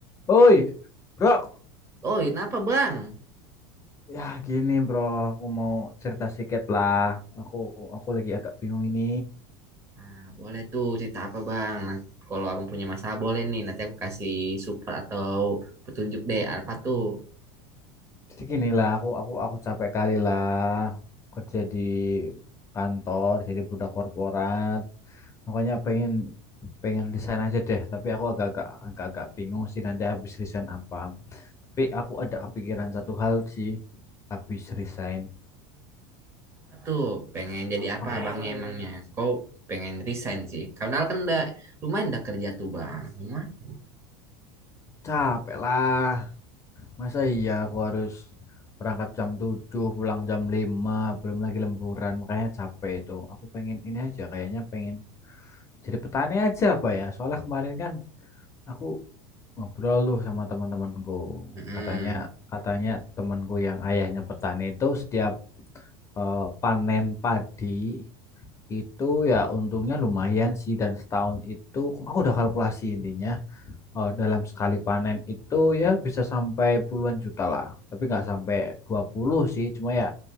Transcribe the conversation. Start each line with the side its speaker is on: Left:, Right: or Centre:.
Left: Oi, bro.
Right: Oh, kenapa bang?
Left: Ya gini bro, aku mau cerita sedikit lah. Aku aku lagi agak bingung ini.
Right: Nah, boleh tuh cerita apa bang? Nah, kalau abang punya masalah boleh nih. Nanti aku kasih support atau petunjuk deh. Apa tuh?
Left: Jadi gini lah, aku aku aku capek kali lah kerja di kantor, jadi budak korporat. Makanya pengen pengen resign aja deh. Tapi aku agak-agak agak-agak bingung sih nanti habis resign apa. Tapi aku ada kepikiran satu hal sih habis resign.
Right: Apa tuh? Pengen jadi apa
Left: <sighs> Ah,
Right: abangnya emangnya? Kau pengen resign sih? Karena kan udah lumayan udah kerja tuh bang. Lumayan.
Left: capek lah. Masa iya aku harus berangkat jam tujuh pulang jam lima belum lagi lemburan, makanya capek itu. Aku pengen ini aja, kayaknya pengen jadi petani aja apa ya. Soalnya kemarin kan aku ngobrol tuh sama teman-temanku.
Right: Mm-mm.
Left: Katanya katanya temanku yang ayahnya petani itu setiap eh, panen padi itu ya untungnya lumayan sih dan setahun itu aku udah kalkulasi intinya Oh, dalam sekali panen itu ya bisa sampai puluhan juta lah. Tapi nggak sampai 20 sih. Cuma ya